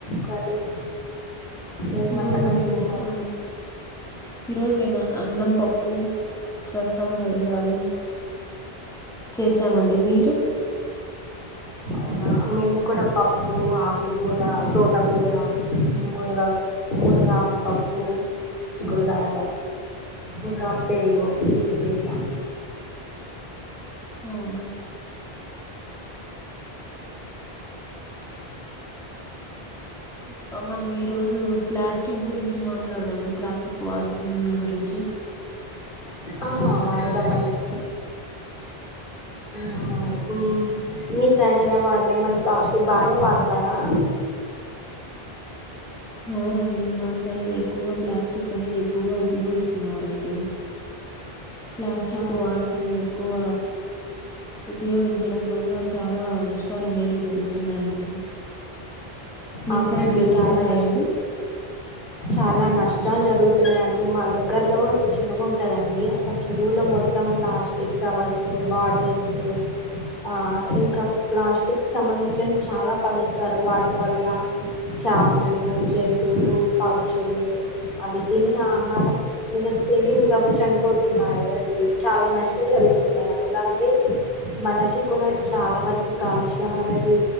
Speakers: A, on the left (about 55°); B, in the centre.
A: కర్రీ? ఏం
B: ఈరోజు
A: వంటకం
B: మేము
A: చేశారు
B: అన్ ఈరోజు మేము అన్నం పప్పు రసం వడియాలు చేసామండి మీరు
A: అవునా మేము కూడా పప్పు ఆకుకూర తోటకూర మునగక్ మూనగాకుపప్పు చిక్కుడుకాయ ఇంకా పెరుగు ఇవి చేసాం
B: అవున ఇ మనం ఈ రోజు ప్లాస్టిక్ గురించి మాట్లాడదామండి ప్లాస్టిక్ వాడకం గురించి
A: ఆ మాటాడుదాం అండి మ్ ఆ మీ సైడ్ ఎలా వాడతారు మరి ప్లాస్టిక్ బానే వాడతారా
B: అవునండి మా సైడ్ ఎక్కువగా ప్లాస్టిక్ అనేది ఎక్కువగా ఉపయోగిస్తున్నరండి ప్లాస్టిక్
A: ఆ
B: వాడకం ఎక్కువ ఉపయోగించడం వల్ల చాలా నష్టాలు అనేవి జరుగుతున్నాయండి మీ
A: అవునండి
B: సైడ్ జరుగుతున్నాయండి?
A: చాలా న ష్ చాలా నష్టాలు జరుగు తున్నాయండి మా దగ్గరలో ఒక చెరువు ఉంటదండి ఆ చెరువులో మొత్తం ప్లాస్టిక్ కవర్స్ బాటిల్స్ ఆ ఇంకా ప్లాస్టిక్ సంబంధించి చాలా పడిస్తారు వాటి వల్ల చేపలు జంతువులు పక్షులు అవి తిని ఆహారం ఇంగ ఇంకా అవి చనిపోతున్నాయి అవి చాలా నష్టం జరుగుతున్నాయి అలాగే మనకి కూడా చాలా వరకు కాలుష్యం అనేది